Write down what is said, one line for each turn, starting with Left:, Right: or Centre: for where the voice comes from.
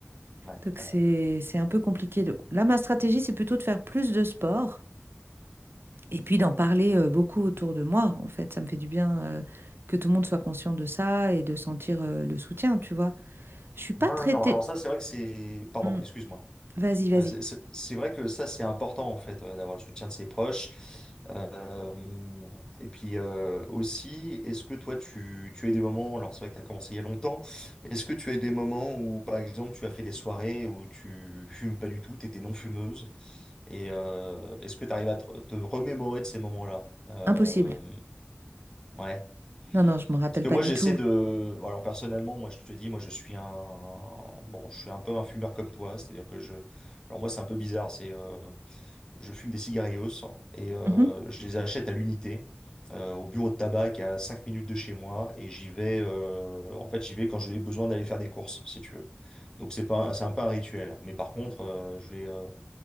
Left: Ouais.
Right: Donc, c'est, c'est un peu compliqué. Donc, là, ma stratégie, c'est plutôt de faire plus de sport et puis d'en parler euh, beaucoup autour de moi, en fait, ça me fait du bien euh, que tout le monde soit conscient de ça et de sentir euh, le soutien, tu vois. Je suis pas
Left: Ouais, ouais,
Right: traitée.
Left: non, alors ça, c'est vrai que c'est... Pardon,
Right: Hmm,
Left: excuse-moi.
Right: Vas-y, vas-y.
Left: Euh, c'est c'est- c'est vrai que ça, c'est important, en fait, euh, d'avoir le soutien de ses proches. Euh, et puis euh, aussi, est-ce que toi, tu, tu as eu des moments, alors c'est vrai que tu as commencé il y a longtemps, mais est-ce que tu as eu des moments où, par exemple, tu as fait des soirées où tu fumes pas du tout, tu étais non fumeuse, et euh, est-ce que tu arrives à te, te remémorer de ces moments-là? Euh,
Right: Impossible.
Left: ouais.
Right: Non, non, je me rappelle
Left: Parce que
Right: pas
Left: moi,
Right: du
Left: j'essaie
Right: tout.
Left: de. bon, Alors, personnellement, moi, je te dis, moi, je suis un. Bon, je suis un peu un fumeur comme toi. C'est-à-dire que je. Alors, moi, c'est un peu bizarre. C'est. euh, Je fume des cigarillos et euh,
Right: Mhm,
Left: je les achète à l'unité, euh, au bureau de tabac qui est à 5 minutes de chez moi. Et j'y vais. euh, En fait, j'y vais quand j'ai besoin d'aller faire des courses, si tu veux. Donc, c'est pas... c'est un peu un rituel. Mais par contre, euh, je vais. euh,